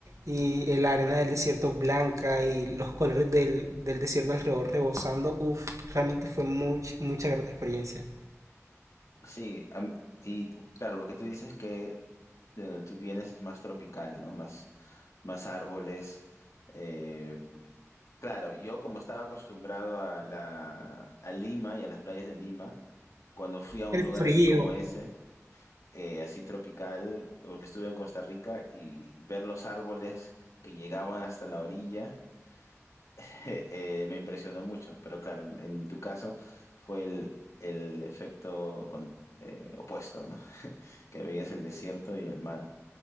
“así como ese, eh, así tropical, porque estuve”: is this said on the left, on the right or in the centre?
Left